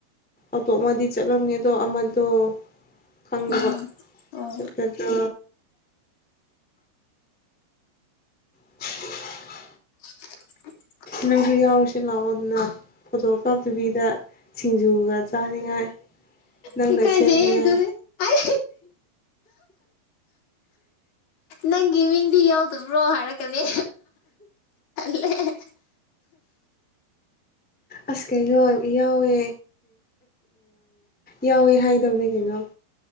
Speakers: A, in the centre; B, on the left.
A: ꯑꯇꯣꯞꯃꯗꯤ ꯆꯠꯂꯝꯒꯦ ꯑꯗꯣ ꯑꯃꯗꯣ ꯈꯪꯗꯕ
B: ꯎꯝ ꯑꯣ
A: ꯁꯄꯗ ꯎ
B: <unintelligible>
A: ꯅꯪꯒꯤ ꯌꯥꯎ ꯍꯧꯁ ꯂꯥꯎꯑꯣꯗꯅ ꯐꯣꯇꯣ ꯀꯥꯞꯇꯕꯤꯗ ꯁꯤꯡꯖꯨꯒ ꯆꯥꯅꯤꯡꯉꯥꯏ ꯅꯪꯅ
B: ꯊ ꯀꯥꯏꯁꯦ
A: ꯁꯦꯝꯅꯤꯡꯉꯥꯏ
B: ꯑꯗꯨ ꯍꯥꯏ ꯅꯪꯒꯤ ꯃꯤꯡꯗꯤ ꯌꯥꯎꯗꯕ꯭ꯔꯣ ꯍꯥꯏꯔꯛꯀꯅꯦ ꯑꯂꯦ
A: ꯑꯁ ꯀꯩꯅꯣ ꯌꯥꯎꯋꯦ ꯌꯥꯎꯋꯦ ꯍꯥꯏꯗꯕꯅꯦ ꯀꯩꯅꯣ